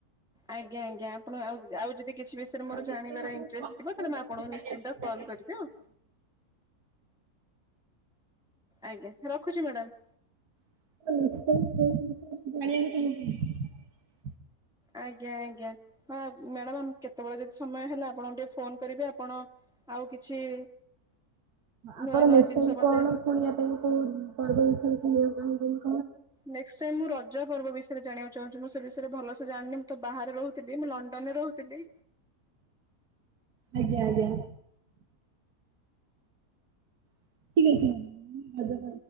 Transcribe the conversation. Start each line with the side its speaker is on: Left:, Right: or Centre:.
Centre: ଆଜ୍ଞା ଆଜ୍ଞା ଆପଣ ଆଉ ଆଉ ଯଦି କିଛି ବିଷୟରେ
Right: ଆଉ
Centre: ମୋର
Right: ନେକ୍ସଟ
Centre: ଜାଣିବାର
Right: ଟାଇମ ଆପଣ
Centre: ଇନଟ୍ରେଷ୍ଟ
Right: କଣ
Centre: ଥିବ,
Right: କୋଉ
Centre: ତାହଲେ
Right: ବିଷୟରେ
Centre: ମୁଁ ଆପଣଙ୍କୁ
Right: ଜାଣିବାକୁ
Centre: ନିଶ୍ଚିନ୍ତ
Right: ଜାଣିବାକୁ
Centre: କଲ୍ କରିବି
Right: ଚାହୁଁଛନ୍ତି?
Centre: ଆଉ। ଆଜ୍ଞା ରଖୁଛି ମାଡାମ।
Right: ା <inaudible>
Centre: ଆଜ୍ଞା ଆଜ୍ଞା ହଁ ମ୍ୟାଡାମ କେତେବେଳେ ଯଦି ସମୟ ହେଲା ଆପଣଙ୍କୁ ଟିକେ ଫୋନ କରିବି ଆପଣ ଆଉ କିଛି
Right: ଆପଣ
Centre: ନୂଆ ନୂଆ
Right: ନେକ୍ସଟ
Centre: ଜିନିଷ
Right: ଟାଇମ୍
Centre: ମତେ
Right: କଣ ଶୁଣିବା ପାଇଁ କୋଉ ପର୍ବ ବିଷୟ ରେ ଶୁଣିବ? <unintelligible>
Centre: ନେକ୍ସଟ ଟାଇମ ମୁଁ ରଜ ପର୍ବ ବିଷୟରେ ଜାଣିବାକୁ ଚାହୁଁଛି ମୁଁ ସେ ବିଷୟରେ ଭଲସ ଜାଣିନି, ମୁଁ ତ ବାହାରେ ରହୁଥିଲି ମୁଁ ଲଣ୍ଡନରେ ରହୁଥିଲି।
Right: ଆଜ୍ଞା ଆଜ୍ଞା। <unintelligible>